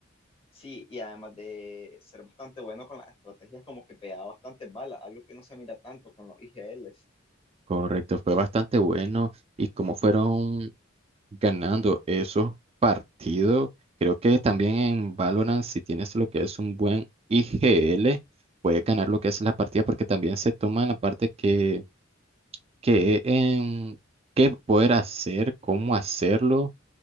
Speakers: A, on the left (about 30°); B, on the right (about 30°).
A: Sí, y además de ser bastante bueno con las estrategias, como que pegaba bastantes balas, algo que no se mira tanto con los IGLs.
B: Correcto, fue bastante bueno y como fueron. ganando esos partidos. Creo que también en Valorant, si tienes lo que es un buen IGL, puedes ganar lo que es la partida, porque también se toma la parte que, que en qué poder hacer, cómo hacerlo,